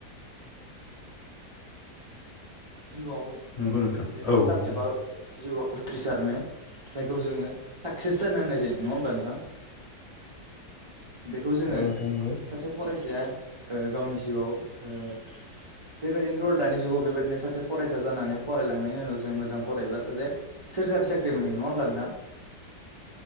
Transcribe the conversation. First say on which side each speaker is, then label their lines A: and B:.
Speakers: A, on the right; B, on the left.
A: जिउआव
B: नंगौ नोंथां
A: देरहाथार
B: औ
A: जानायबा
B: नंगौ
A: जिउआव उथ्रिसारनो जायखौ जोङो साकसेस जानो होननाय जायो नङा होमब्ला नोंथां। बेखौ जोङो
B: नोंथां
A: सासे फरायसाया ओ गावनि जिउआव ओ बेबायदिनोथ' दा जिुगाव बेबायाददिनो सासे फरायसा जानानै फरायलांनायनि उनाव जों मोजां फरायायोब्ला सासे सोरखारि साख्रि मोननाय नङा होमब्ला नोंथां